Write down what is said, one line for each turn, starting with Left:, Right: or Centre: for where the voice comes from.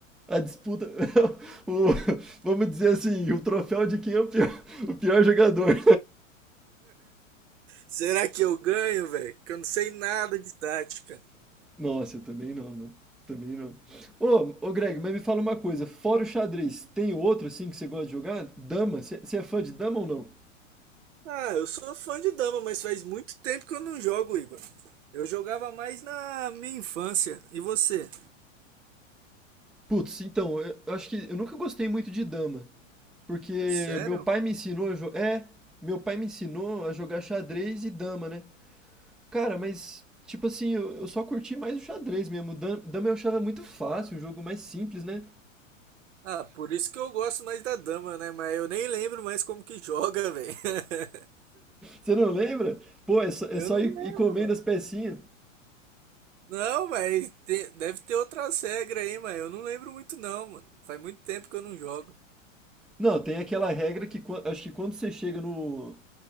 Centre: A disputa, <laughs> o, vamos dizer assim, o troféu de quem é o pior, <laughs> o pior jogador.
Right: Será que eu ganho, velho? Que eu não sei nada de tática.
Centre: <laughs> Nossa, eu também não, mano. Também não. Ô, ô Greg, mas me fala uma coisa. Fora o xadrez, tem outro assim que você gosta de jogar? Dama? Você você é fã de dama ou não?
Right: Ah, eu sou fã de dama, mas faz muito tempo que eu não jogo, Igor. Eu jogava mais na minha infância. E você?
Centre: Putz, então, eu, eu acho que eu nunca gostei muito de dama. Porque
Right: Sério?
Centre: meu pai me ensinou a jogar. É, meu pai me ensinou a jogar xadrez e dama, né? Cara, mas, tipo assim, eu, eu só curti mais o xadrez mesmo. O dam- Dama eu achava muito fácil, um jogo mais simples, né?
Right: Ah, por isso que eu gosto mais da dama, né? Mas eu nem lembro mais como que joga, velho. <laughs>
Centre: Você não lembra? Pô, é só, é
Right: Eu
Centre: só
Right: não
Centre: ir,
Right: lembro,
Centre: ir comendo
Right: mano.
Centre: as pecinhas.
Right: Não, mas te- deve ter outras regras aí, mas eu não lembro muito não, mano. Faz muito tempo que eu não jogo.
Centre: Não, tem aquela regra que quan- acho que quando você chega no,